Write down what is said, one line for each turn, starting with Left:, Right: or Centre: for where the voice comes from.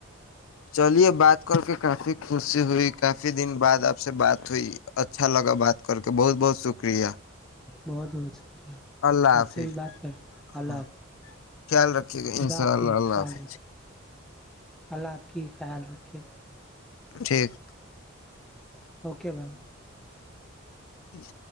Left: چلیے بات کر کے کافی خوشی ہوئی کافی دن بعد آپ سے بات ہوئی اچھا لگا بات کر کے بہت بہت شکریہ
Centre: بہت بہت شکریہ
Left: اللہ
Centre: آپ
Left: حافظ
Centre: سے بھی بات کر اللہف
Left: ہاں خیال رکھیے گا
Centre: خدا
Left: ان شاء
Centre: آپ
Left: اللہ
Centre: کی
Left: اللہ
Centre: خیال
Left: حافظ
Centre: رکھے اللہف کی خیال رکھے
Left: ٹھیک
Centre: اوکے بھائی
Left: جچ